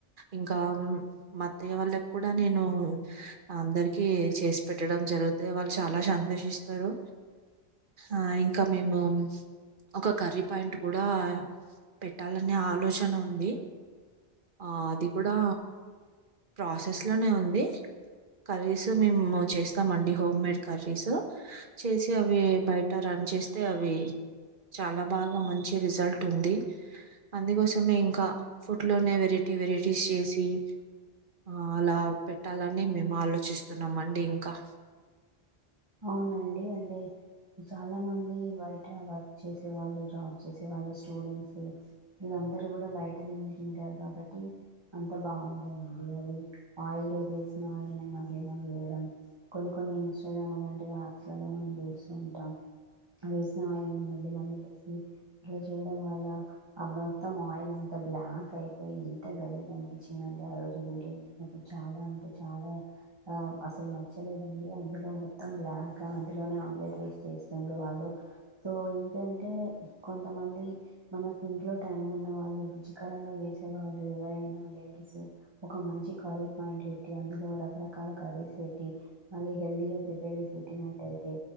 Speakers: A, on the right; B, on the right.
A: ఇంకా మా అత్తయ్య వాళ్ళకి కూడా నేను అందరికి చేసి పెట్టడం జరిగుతే వాళ్ళు చాలా సంతోషిస్తారు ఆ ఇంకా మేము ఒక కర్రీ పాయింట్ కూడా పెట్టాలనే ఆలోచన ఉంది. ఆ అది కూడా ప్రాసెస్ లోనే ఉంది కర్రీస్ మేము చేస్తామండి హోం మేడ్ కర్రీస్ చేసి అవి బయట రన్ చేస్తే అవి చాలా బాగా మంచి రిజల్ట్ ఉంది అందుకోసమే ఇంకా ఫుడ్. ఇంట్లోనే వెరైటీ వెరైటీస్ చేసి ఆ అలా పెట్టాలని మేము ఆలోచిస్తున్నాము అండి ఇంకా
B: అవునండి అంటే చాలా మంద్ ఉమ్ బయట వర్క్ చేసే వాళ్ళు జాబ్ చేసే వాళ్ళు స్టూడెంట్స్ వీళ్ళందరూ కూడా బయట్ అది తింటారు కాబట్టి అంత బాగుండదండి. అవి ఆయిల్ వేసిన ఆయిల్ మళ్లీ మళ్లీ వెయ్యడం. కొన్ని కొన్ని ఇన్ స్టాగ్రాములు యాప్స్ లలో మనం చూస్తూ ఉంటాం వేసిన ఆయిల్ మళ్ళీ, మళ్ళీ వేసి ఇట్లా చేయడం వల్ల, ఆ మొత్తం ఆయిల్ అంత బ్లాక్ అయిపోయి ఎంత గలీజ్ అనిపిచ్చిందంటే, ఆ రోజు వీడియో చేసినప్పుడు, చాలా అంటే చాలా అసలు నచ్చలేదండి. అందులో మొత్తం బ్లాక్గా అందులోనే ఆమ్లెట్ వేస్ట్ చేస్తుండ్రు. వాళ్ళు సో ఏంటంటే, కొంతమంది మనకు ఇంట్లో టైం ఉన్న వాళ్ళు రుచికరంగా చేసే వాళ్ళు ఎవరైనా, లేడీస్ ఒక మంచి కర్రీ పాయింట్ పెట్టి, అందులో రకరకాల కర్రీ పెట్టి మళ్లీ హెల్తీగా పెట్ వీడియోస్ పెట్టినట్టయితే